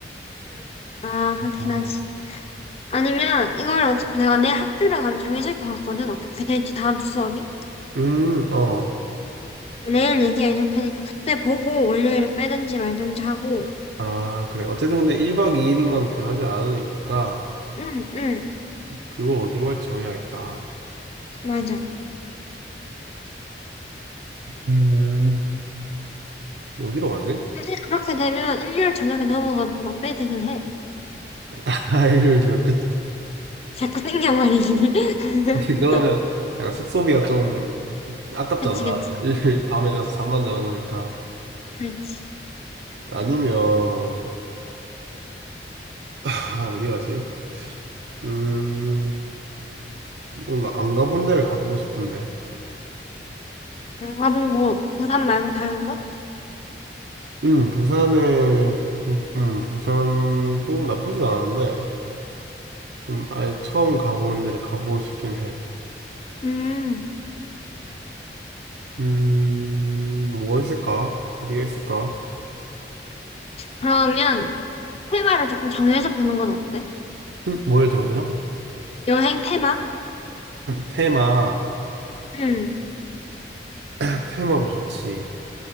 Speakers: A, on the left; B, on the right.
A: 응. 아, 그렇긴
B: 아,
A: 하지. 아니면 이걸 어차피 내가 내일 학교를 가면 정해질 것 같거든. 어떻게 될지 다음 주 수업이.
B: 음, 어.
A: 내일 얘기해 줄 테니까 그때 보고 월요일에 빼든지 말든지 하고.
B: 아, 그래. 어쨌든 근데 1박 2일인 건 변하지 않으니까
A: 응, 응,
B: 그걸 어디로 갈지 정해야겠다.
A: 맞아.
B: 음, 어디로 가지?
A: 사실 그렇게 되면 일요일 저녁에 넘어가도 나 빼드긴 해.
B: <laughs> 아, 일요일 저녁. 그,
A: 자꾸 땡겨 말이지. <laughs>
B: <laughs> 그러면 약간 숙소비가 좀 아깝잖아.
A: 그치, 그치.
B: 일요일 밤에 가서 잠만 자는 거니까.
A: 그렇지.
B: 아니면, 아, 어디 가지? 음, 뭔가 안 가본 데를 가보고 싶은데.
A: 안 가본 곳, 부산 말고 다른 곳?
B: 음, 부산에, 음, 음, 부산도 나쁘진 않은데. 좀 아예 처음 가보는 데를 가보고 싶긴 해.
A: 음,
B: 음, 뭐가 있을까? 어디가 있을까?
A: 그러면 테마를 조금 정해서 보는 건 어때?
B: 음, 뭘 정해서?
A: 여행 테마?
B: 테마,
A: 응,
B: <clears throat> 테마로 좋지.